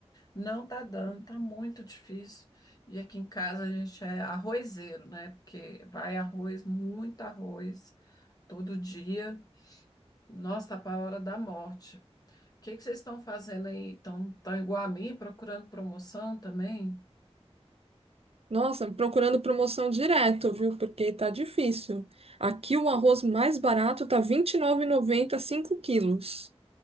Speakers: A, on the left; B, on the right.
A: não tá dando, tá muito difícil. E aqui em casa a gente é arrozeiro, né? Porque vai arroz, muito arroz, todo dia. Nossa, tá para a hora da morte. O que que vocês estão fazendo aí? Estão tão igual a mim, procurando promoção também?
B: Nossa, procurando promoção direto, viu? Porque tá difícil. Aqui o arroz mais barato tá R$ vinte e nove e noventa cinco quilos.